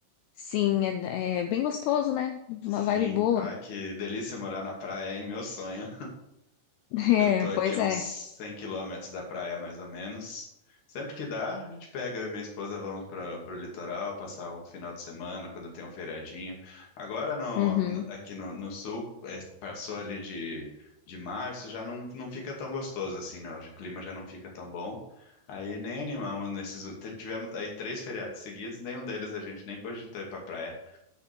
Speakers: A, on the left (about 80°); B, on the left (about 50°).
A: Sim, é, é bem gostoso, né? Uma
B: Sim.
A: vibe boa.
B: Ah, que delícia morar na praia, hein? Meu sonho.
A: <laughs> É,
B: Eu tô aqui
A: pois
B: a
A: é.
B: uns 100 quilômetros da praia, mais ou menos. Sempre que dá, a gente pega, eu e minha esposa vamos para o litoral, passar o final de semana, quando tem um feriadinho. Agora, no,
A: Uhum,
B: no- aqui no, no sul, é, passou ali de, de março, já não, não fica tão gostoso assim, né? O clima já não fica tão bom. Aí nem animamos nesses... ú- te- Tivemos aí três feriados seguidos, nenhum deles a gente nem cogitou ir pra praia.